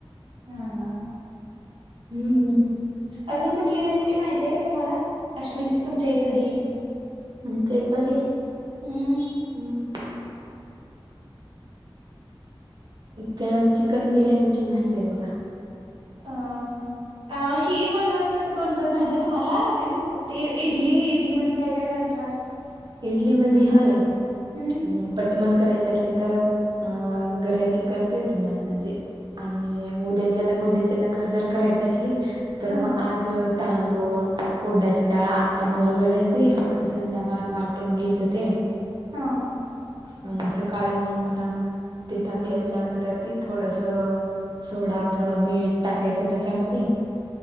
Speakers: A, on the right; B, on the right.
A: हा हा.
B: हम्म.
A: अजून कुठली रेसिपी माहती आहे का तुम्हाला? अस म्हणजे तुमच्या इकडली.
B: ते <unintelligible> एक पली हम्
A: हम्म
B: <inaudible> त्या चिकन बिर्याणीची माहिती आहे बघा.
A: अ हा! अ ही पण कसं बनवतात माहित आहे तुम्हाला काय म्हणतात ते इडली इडलीमध्येध्ये काय काय घालतात? <inaudible>
B: इडली मधी हाय
A: हम्म
B: ह पटमन करायची असली तर अ गऱ्याची करत्यात म म्हणजे आणि उद्याच्याला, उद्याच्याला जर करायची असली तर
A: हा
B: मग आज तांदूळ उडदाची डाळ आता मरु घालायची आणि संध्याकाळी वाट वाटून घ्यायचं ते.
A: हां.
B: मगं सकाळी, मगं, पुन्हा मगं ते टाकल्याच्यानंतर ते थोडंसं सोडा थोडा मीठ टाकायचं त्यांच्यामध्ये.